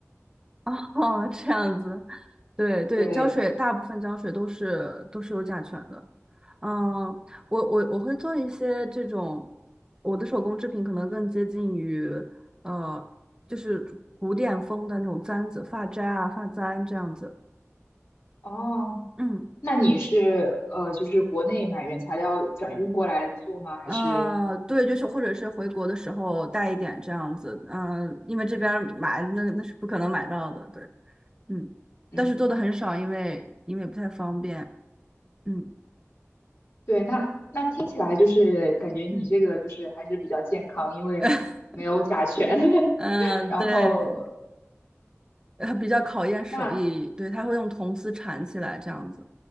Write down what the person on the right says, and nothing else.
啊，<laughs> 这样子对对，
胶水大部分胶水都是都是有甲醛的。嗯，我我我会做一些这种，我的手工制品可能更接近于呃，就是古典风的那种簪子、发簪啊、发簪这样子。
嗯。
呃，对，就是或者是回国的时候带一点这样子，嗯、因为这边儿买那那是不可能买到的，对，嗯，
但是做的很少，因为因为不太方便，嗯
嗯
<laughs>
嗯，
对。呃，比较考验手艺，
对，他会用铜丝缠起来这样子，